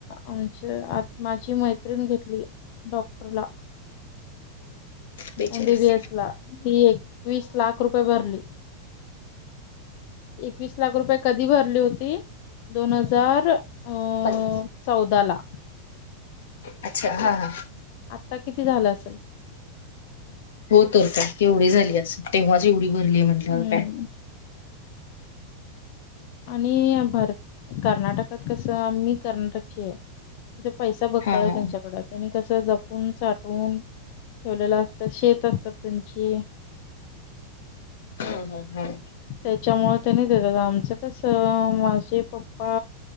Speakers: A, on the left; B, on the left.
A: आमच्या आ माझी मैत्रीण घेतली डॉक्टर ला
B: बेचाळीस
A: एमबीबी एस ला ती एकवीस लाख रुपये भरली एकवीस लाख रुपये कधी भरली होती दोन हजार अ
B: <inaudible>
A: चौदा ला
B: अच्छा हा हा
A: आत्ता किती झालं असेल.
B: हो तर का केवढी झाली असं तेव्हाच एवढी भरली आहे म्हटल्यावर
A: हम्म
B: काय?
A: आणि भरत कर्नाटकात कसं मी कर्नाटकची आहे. तिथे पैसा बकळ
B: हा हा.
A: आहे त्यांच्याकड त्यांनी कसं जपून साठून ठेवलेलं असतं शेत असतात त्यांची
B: हम्म हम्म हम्म
A: त्याच्यामुळे त्यांनी देतात आमचं कसं माझे पप्पा